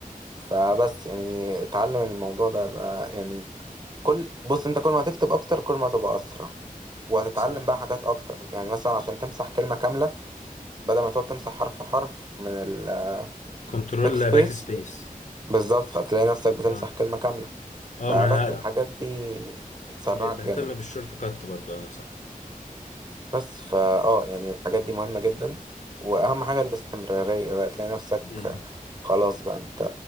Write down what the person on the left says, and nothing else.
صح
كنترول
باك سبيس
اه
اه
ما انا
بقيت بهتم
بالشورت كات برضو انا صح
مم.